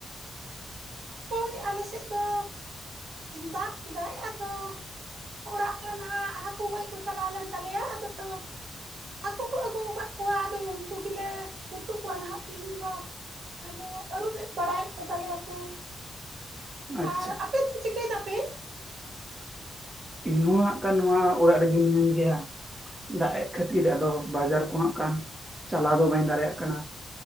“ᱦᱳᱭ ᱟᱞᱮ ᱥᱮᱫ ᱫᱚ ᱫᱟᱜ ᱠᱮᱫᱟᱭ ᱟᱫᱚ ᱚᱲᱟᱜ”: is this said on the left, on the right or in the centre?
Right